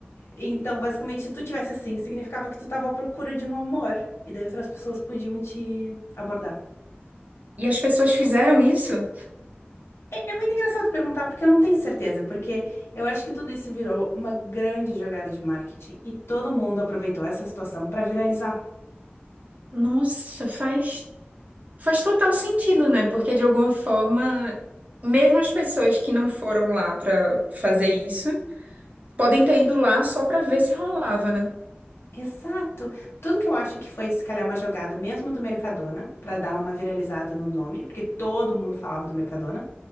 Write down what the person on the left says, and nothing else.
Então, basicamente, se tu tivesse assim, significava que tu tava à procura de um amor, e daí outras pessoas podiam te abordar.
É muito engraçado perguntar, porque eu não tenho certeza, porque eu acho que tudo isso virou uma grande jogada de marketing, e todo mundo aproveitou essa situação pra viralizar.
Exato! Tudo que eu acho que foi, se calhar, uma jogada mesmo do Mercadona, pra dar uma viralizada no nome, porque todo mundo falava do Mercadona.